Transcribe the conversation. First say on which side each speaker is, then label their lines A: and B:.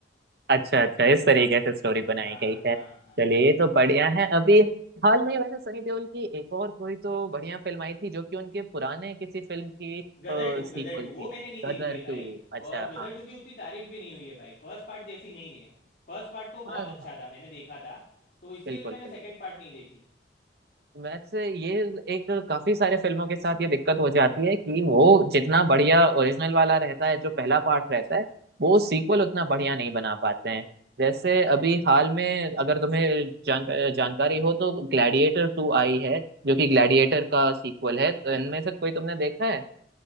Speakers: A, on the right; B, on the left.
A: अच्छा अच्छा इस तरीके से स्टोरी बनाई
B: हाँ
A: गई
B: हाँ
A: है
B: हाँ
A: चलिए ये तो बढ़िया है अभी हाल में वैसे सनी देओल की एक और कोई तो बढ़िया फिल्म आई थी जो कि उनके पुराने किसी फिल्म की
B: गदर
A: सीक्वल
B: टू गदर टू
A: थी
B: वो मैंने नहीं देखी
A: गदर
B: है भाई
A: टू अच्छा
B: और गदर
A: हाँ
B: टू की उतनी तारीफ भी नहीं हुई है भाई फर्स्ट पार्ट जैसी नहीं है फर्स्ट पार्ट तो
A: हाँ
B: बहुत
A: हाँ
B: अच्छा
A: हाँ।
B: था मैंने देखा था तो इसलिए
A: बिल्कुल
B: मैंने
A: बिल्कुल
B: सेकंड पार्ट नहीं देखी
A: वैसे ये एक काफी सारे फिल्मों के साथ ये दिक्कत हो जाती है कि वो जितना बढ़िया ओरिजिनल वाला रहता है जो पहला पार्ट रहता है वो
B: हम्म,
A: सीक्वल उतना बढ़िया नहीं बना पाते हैं जैसे
B: हाँ
A: अभी
B: भाई
A: हाल में अगर तुम्हें जान, जानकारी हो तो ग्लैडिएटर टू आई है जो कि ग्लैडिएटर का सीक्वल है तो इनमें से कोई तुमने देखा है